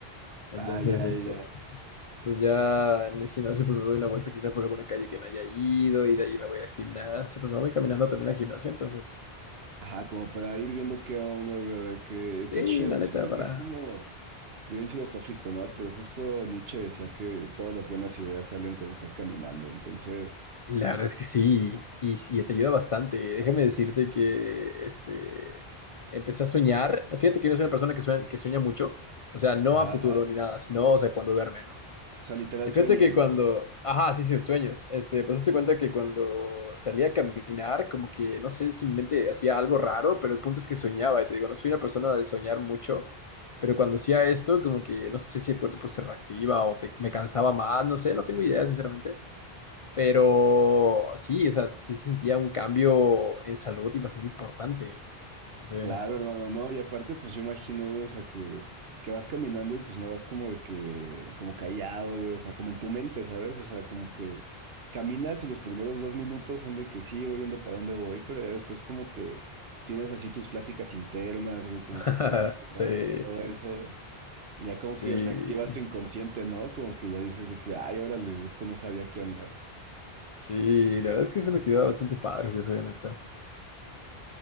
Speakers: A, on the left; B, on the right.
A: entonces,
B: Ah, ya,
A: este,
B: ya, ya.
A: Pues ya en el gimnasio pues me doy una vuelta quizá por alguna calle que no haya ido y de ahí me voy al gimnasio, pues me voy caminando también al gimnasio, entonces
B: Ajá, como para ir viendo qué onda, güey, a ver qué. Está
A: sí,
B: chido,
A: la
B: siento
A: neta para...
B: que es como bien filosófico, ¿no? Pero justo Nietzsche decía que todas las buenas ideas salen cuando estás caminando, entonces,
A: La verdad es que sí, y, y te ayuda bastante. Déjame decirte que este, empecé a soñar. Fíjate que yo no soy una persona que sueña, que sueña mucho, o sea, no
B: ajá,
A: a futuro
B: ajá.
A: ni nada, sino, o sea, cuando duerme, ¿no?
B: O sea, literal
A: Y
B: sueños,
A: fíjate que cuando,
B: güey. sí.
A: ajá, sí, sí, sueños, este, pues hazte cuenta que cuando salía a caminar, como que, no sé si mi mente hacía algo raro, pero el punto es que soñaba, y te digo, no soy una persona de soñar mucho, pero cuando hacía esto, como que, no sé si el cuerpo pues, se reactiva o te- me cansaba más, no sé, no tengo idea, sinceramente, pero sí, o sea, sí se sentía un cambio en salud y bastante importante, si te soy
B: Claro,
A: honesto.
B: hermano, no, y aparte, pues yo imagino, güey, o sea, que, que vas caminando y pues no vas como de que, como callado, güey, o sea, como en tu mente, ¿sabes? O sea, como que caminas y los primeros dos minutos son de que sí, voy viendo para dónde voy, pero ya después como que tienes así tus pláticas internas, güey, como
A: <laughs>
B: que te cuestionas
A: Sí,
B: y todo eso, y ya como
A: sí,
B: que reactivas tu inconsciente, ¿no? Como que ya dices de que, ay, órale, esto no sabía qué onda.
A: sí, la verdad es que es una actividad bastante padre, si te soy honesto.